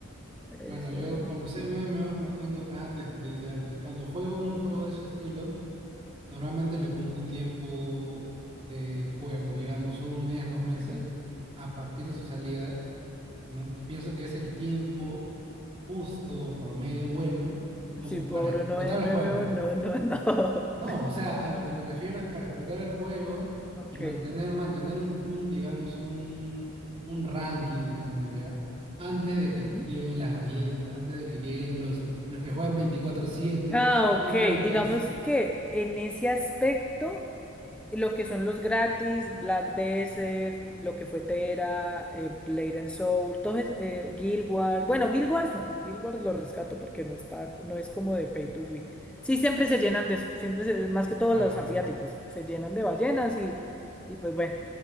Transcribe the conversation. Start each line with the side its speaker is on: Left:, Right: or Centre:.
Centre: eso
Right: Bueno, yo
Centre: es.
Right: con los MMOs no tengo tanta experiencia. El- Cuando juego un juego de ese estilo, normalmente le pongo un tiempo de juego, digamos un mes, dos meses,
Centre: ok.
Right: a partir de su salida, ¿no? Pienso que es el tiempo justo, promedio bueno, como
Centre: Si por
Right: para explotar
Centre: no MMO,
Right: el juego.
Centre: no, no, no. <laughs>
Right: No, o sea, a lo que me refiero es para explotar el juego
Centre: Ok.
Right: y mantener, mantener un, un, digamos, un, un ranking, digamos, ya, antes de
Centre: ujú.
Right: que lleguen las ballenas, antes de que lleguen los, los que juegan veinticuatro siete,
Centre: Ah, ok.
Right: antes de que...
Centre: Digamos
Right: s-
Centre: que en ese aspecto. Lo que son los gratis, Black Desert, lo que fue Tera, eh, Blade and Soul, todo es, eh, Guild Wars. Bueno, Guild Wars no, Guild Wars lo rescato porque no está, no es como de pay to win. Sí, siempre se llenan de eso, siempre se- más que todos
Right: Claro,
Centre: los asiáticos, se llenan de ballenas y, y pues bueno.